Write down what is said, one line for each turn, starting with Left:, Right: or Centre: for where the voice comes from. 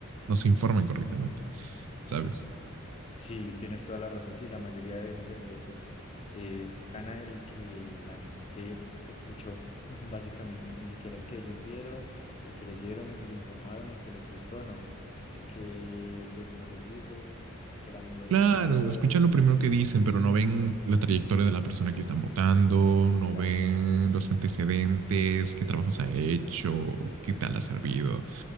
Right: no se informan correctamente, ¿sabes?
Left: Sí, tienes toda la razón. Sí, la mayoría de veces el voto es gana el que la gente escuchó, <laughs> básicamente. Ni siquiera el que ellos vieron, el que leyeron, el que se informaron, el que les gustó, no. El que el vecino les dijo, el que el amigo les
Right: Claro,
Left: dijo.
Right: escuchan lo primero que dicen, pero no ven la trayectoria de la persona que están votando,
Left: Exacto.
Right: no ven los antecedentes, qué trabajos ha hecho, qué tal ha servido.